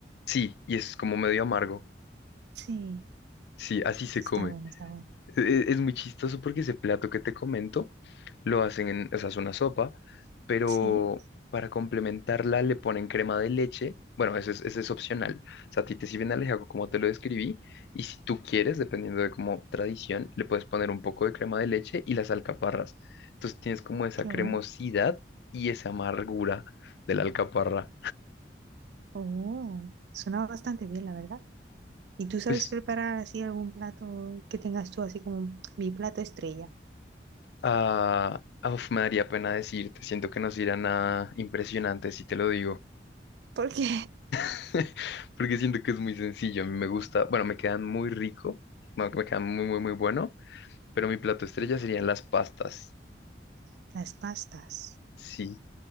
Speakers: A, on the left (about 65°); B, on the right (about 65°).
A: Sí, y es como medio amargo.
B: Sí,
A: Sí, así se
B: está
A: come.
B: bueno, está bueno.
A: E- Es muy chistoso porque ese plato que te comento lo hacen en, o sea, es una sopa, pero
B: Sí,
A: para complementarla le ponen crema de leche. Bueno, ese es, ese es opcional. O sea, a ti te sirven alejaco como te lo describí. Y si tú quieres, dependiendo de como tradición, le puedes poner un poco de crema de leche y las alcaparras. Entonces tienes como esa
B: qué
A: cremosidad
B: bueno.
A: y esa amargura de la alcaparra.
B: Oh, suena bastante bien, la verdad. ¿Y tú sabes
A: Pues,
B: preparar así algún plato que tengas tú así como mi plato estrella?
A: ah, ah, uf, me daría pena decirte. Siento que no será nada impresionante si te lo digo.
B: Porque
A: <laughs> porque siento que es muy sencillo. A mí me gusta, bueno, me quedan muy rico, me me quedan muy, muy, muy bueno, pero mi plato estrella serían las pastas,
B: <laughs> las pastas.
A: sí.